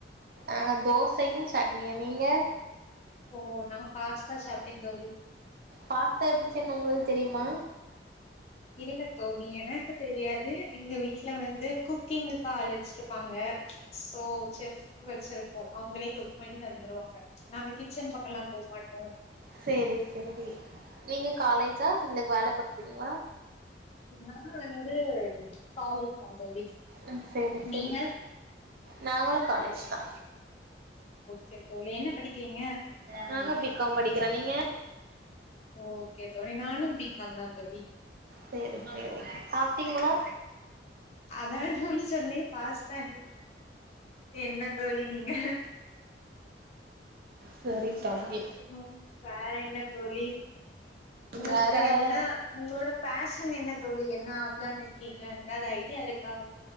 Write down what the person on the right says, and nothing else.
ஆ தோசையு சட்னியு நீங்க
பாஸ்தா எப்டி செய்ணு உங்களுக்கு தெரியுமா
செரி செரி நீங்க காலேஜா இல்ல வேல பாக்குறீங்ளா
ம் செரி செரி
நாங்களு காலேஜ் தா
நாங்க பி காம் படிக்கிறே நீங்க
செரி செரி சாப்ட்டீங்களா
சரி
தோழி
வேற